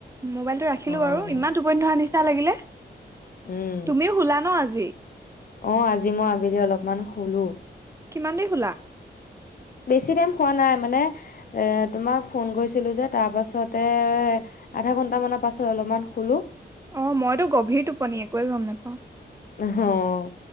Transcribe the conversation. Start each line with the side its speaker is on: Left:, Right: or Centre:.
Right: মোবাইলটো ৰাখিলো
Left: অ',
Right: বাৰু ইমান টোপনি ধৰা নিচিনা না লাগিলে
Left: উম।
Right: তুমিও শুলা ন আজি <inaudible>
Left: অ আজি মই আবেলি অলপমান শুলো
Right: কিমান দেৰি শুলা
Left: বেছি টাইম শুৱা নাই মানে এ তোমাক ফোন কৰিছিলো যে তাৰ পাছতে আধা ঘন্টা মানৰ পাছত অলপমান শুলো
Right: অ মইতো গভীৰ টোপনি একোৱেইে গম নেপাওঁ
Left: অ',